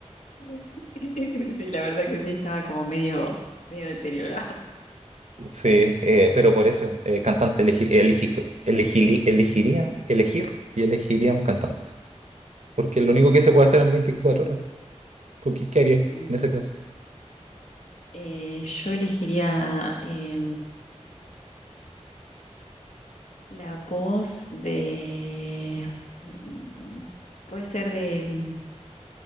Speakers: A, on the left (about 75°); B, on the right (about 70°).
A: <laughs> Sí, la verdad que sí, estaba como medio, medio deteriorado.
B: Sí, eh, pero por eso, eh, cantante, elegir, elegi- elegili- elegiría, elegir y elegiría un cantante. Porque es lo único que se puede hacer en 24 horas. ¿Tú qué, qué harías
A: Mm.
B: en ese caso?
A: Eh, yo elegiría eh, La voz de... mm, Puede ser de, mm,